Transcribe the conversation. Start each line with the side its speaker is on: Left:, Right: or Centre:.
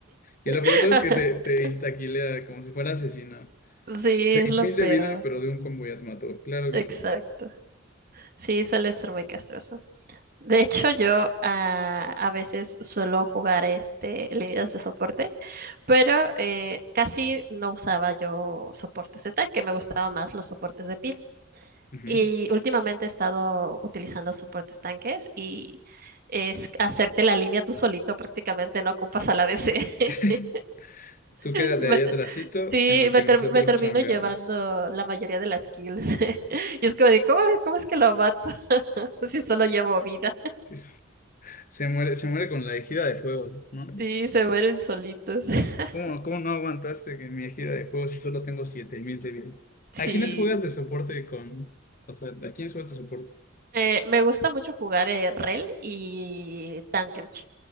Left: Y la
Right: <laughs>
Left: pelota es que te, te instaquilea como si fuera asesina.
Right: Sí, es lo
Left: mil
Right: peor.
Left: de vida, pero de un combo ya te mató. Claro
Right: Exacto.
Left: que sí.
Right: Sí, suele ser muy castroso. De hecho, yo ah, a veces suelo jugar este líneas de soporte, pero eh, casi no usaba yo soportes de tanque, me gustaban más los soportes de pila.
Left: Ujú.
Right: Y últimamente he estado utilizando soportes tanques y es hacerte la línea tú solito, prácticamente no ocupas a la DC.
Left: <laughs>
Right: <laughs>
Left: Tú quédate
Right: Y me
Left: ahí
Right: te-
Left: atrasito
Right: sí,
Left: en lo
Right: me,
Left: que
Right: ter-
Left: nosotros
Right: me termino
Left: chambeamos.
Right: llevando la mayoría de las kills. <laughs> Y es como de, ¿cómo, cómo es que lo mato? <laughs> Si solo llevo vida.
Left: Sí, se se muere, se muere con la ejida de fuego, ¿no?
Right: Sí, se mueren solitos. <laughs>
Left: ¿Cómo, cómo no aguantaste que en mi gira de juegos si solo tengo 7000 de vida?
Right: Sí.
Left: ¿A quiénes juegas de soporte con...? O sea, ¿a quiénes juegas de soporte?
Right: Eh, me gusta mucho jugar el REL y Tankemch.